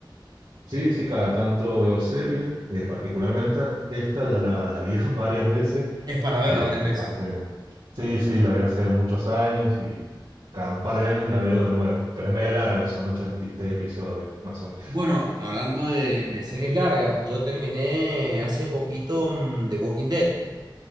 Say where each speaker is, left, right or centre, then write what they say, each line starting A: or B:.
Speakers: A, on the right; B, on the right.
A: Sí, sí, cada tanto veo series, eh, particularmente esta ya la, la vi <laughs> varias veces,
B: Es para verla
A: eh,
B: varias veces.
A: hace- sí, sí, la vi hace muchos años y cada un par de años la veo de nuevo, pero es media larga, son 86 episodios, más o menos.
B: Bueno, hablando de, de series largas, yo terminé hace poquito mm, The Walking Dead.